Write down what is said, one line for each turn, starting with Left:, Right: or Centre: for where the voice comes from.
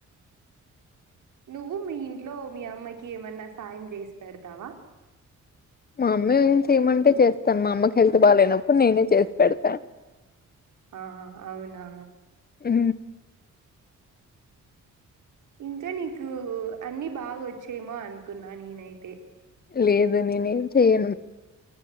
Right: నువ్వు మీ ఇంట్లో మీ అమ్మకి ఏమన్నా సాయం చేసి పెడతావా.
Left: మా అమ్మీ ఏ చేయమంటే చేస్తాను. మా అమ్మకి హెల్త్ బాలేనప్పుడు నేనే చేసి పెడతాన్
Right: ఆ అవునా
Left: ఉ
Right: ఇంకా నీకు అన్ని బాగా వచ్చేమో అనుకున్నా నేనైతే
Left: లేదు నేనేం చెయ్యను